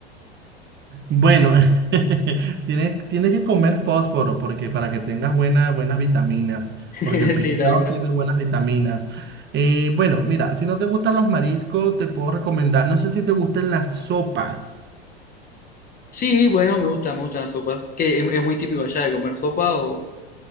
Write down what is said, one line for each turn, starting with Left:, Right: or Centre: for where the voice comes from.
Right: Bueno, <laughs> tienes, tienes que comer fósforo porque para que tengas buena- buenas vitaminas, porque
Left: ver,
Right: el pescado
Left: <laughs> sí, tal cual.
Right: tiene buenas vitaminas. Eh, bueno, mira, si no te gustan los mariscos, te puedo recomendar, no sé si te gustan las sopas.
Left: Sí, bueno, me gusta, me gusta la sopa. ¿Qué, es, es muy típico allá de comer sopa o,